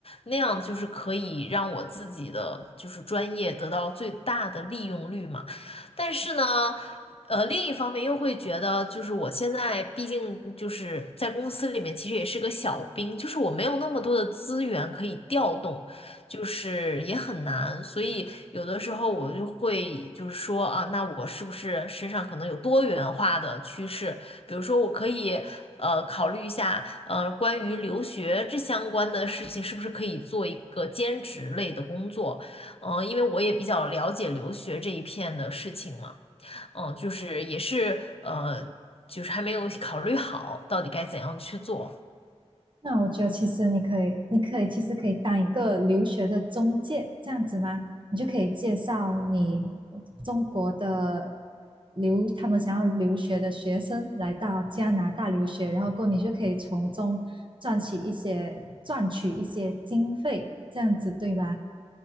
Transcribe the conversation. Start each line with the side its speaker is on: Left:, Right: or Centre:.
Left: 那样就是可以让我自己的就是专业得到最大的利用率嘛。但是呢，呃，另一方面又会觉得，就是我现在毕竟就是在公司里面，其实也是个小兵，就是我没有那么多的资源可以调动。就是也很难，所以有的时候我就会就是说啊，那我是不是身上可能有多元化的趋势？比如说，我可以呃考虑一下，呃，关于留学这相关的事情，是不是可以做一个兼职类的工作？嗯、因为我也比较了解留学这一片的事情嘛，嗯、就是也是呃，就是还没有考虑好到底该怎样去做。
Right: 那我觉得其实你可以，你可以其实可以当一个留学的中介这样子吗？你就可以介绍你中国的留他们想要留学的学生来到加拿大留学，然后过后你就可以从中赚取一些赚取一些经费，这样子对吧？